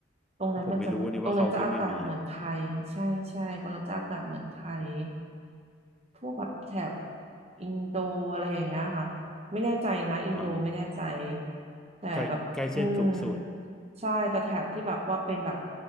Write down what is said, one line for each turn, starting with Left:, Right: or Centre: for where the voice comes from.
Right: ตรงนั้นมันจะตรงนั้นจะอากาศเหมือนไทยใช่ใช่ตรงนั้นจะอากาศเหมือนไทย
Centre: ผมไม่รู้เนี่ยว่าเขาก็ไม่มี
Right: พวกแบบแถบอินโดอะไรอย่างเงี้ยค่ะไม่แน่ใจนะอินโดไม่แน่ใจ
Centre: อ่า
Right: แต่แบบอืม
Centre: ใกล้ใกล้เส้นสูงสุด
Right: ใช่แต่แถบที่แบบว่าเป็นแบบ